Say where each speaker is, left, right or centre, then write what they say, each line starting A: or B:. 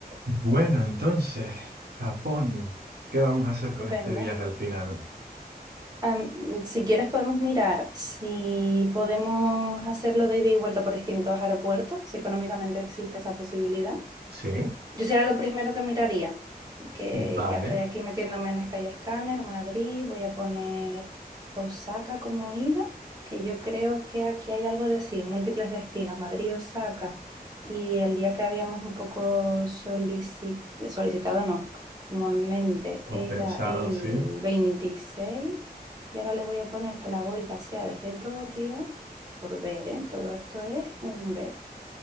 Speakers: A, on the right; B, on the right.
A: Bueno, entonces, Japón. ¿Qué vamos a hacer con
B: Venga.
A: este viaje al final?
B: Am, si quieres podemos mirar si podemos hacerlo de ida y vuelta por distintos aeropuertos, si económicamente existe esa posibilidad.
A: Sí,
B: Yo será lo primero que miraría, que
A: vale.
B: ya estoy aquí metiéndome en Sky Scanner, Madrid, voy a poner Osaka como ida, que yo creo que aquí hay algo de sí, múltiples destinos, Madrid, Osaka, y el día que habíamos un poco solici- solicitado, no, como en mente,
A: Como
B: era
A: pensado,
B: el
A: sí.
B: veintiséis y ahora le voy a poner que la vuelta sea desde Tokio, por ver, ¿eh? Todo esto es un ver.